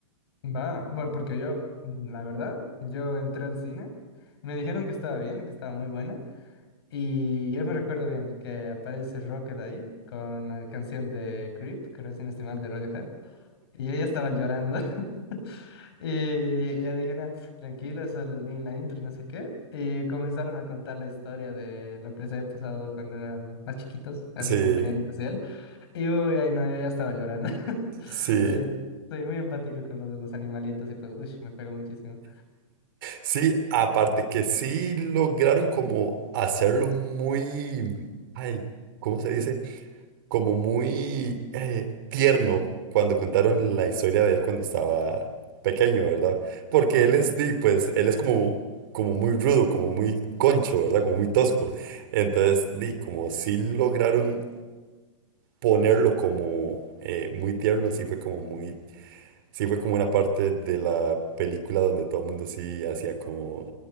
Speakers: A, on the left; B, on the right.
A: Va, bueno, porque yo, la verdad, yo entré al cine, me dijeron que estaba bien, que estaba muy buena. Y yo me recuerdo bien que aparece Rocket ahí con la canción de Creep, creo si no estoy mal, de Radiohead. Y yo ya estaba llorando. <laughs> Y ya dije, no, tranquilo, solo el ni- la intro y no sé qué. Y comenzaron a contar la historia de lo que les había pasado cuando eran más chiquitos, a
B: Sí,
A: sus compañeritos y él. Y uy, ay no, yo ya estaba llorando. <laughs>
B: sí.
A: Sí, soy muy empático con lo de los animalitos y pues, uy, me pegó muchísimo.
B: Sí, aparte que sí lograron como hacerlo muy, ay, ¿cómo se dice? Como muy eh, tierno cuando contaron la historia de él cuando estaba pequeño, ¿verdad? Porque
A: Sí.
B: él es, di, pues, él es como, como muy rudo, como muy concho, ¿verdad? Como muy tosco. Entonces, di, como sí lograron ponerlo como eh, muy tierno, sí fue como muy Sí, fue como una parte de la película donde todo el mundo sí hacía como,